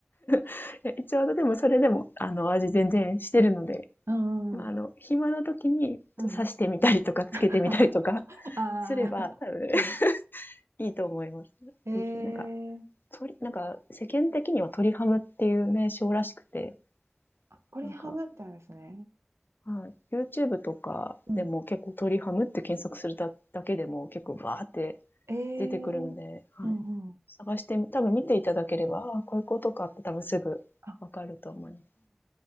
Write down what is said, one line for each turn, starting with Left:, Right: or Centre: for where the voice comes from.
Left: <laughs> ちょうどでもそれでも、あの、味全然してるので、
Right: う。うんうん。
Left: まあ、あの、暇な時に刺してみたりとか、
Right: うん。
Left: 漬けてみたりとか
Right: <laughs>
Left: <laughs>
Right: あ
Left: すれば、多分 <laughs>
Right: あ、は
Left: いいと思います。
Right: い。え
Left: ぜひ、なんか、
Right: ー、
Left: 鳥、なんか、世間的には鳥ハムっていう名称らしくて、
Right: 鶏ハムってあるんですね。
Left: なんか、はい。YouTube とかでも結構鳥ハムって検索するだだけでも結構バーって
Right: うん。えー、
Left: 出てくるので、はい。
Right: うんうん。
Left: 探してみ、多分見ていただければ、ああ、こういうことかって多分すぐわかると思います。
Right: あ、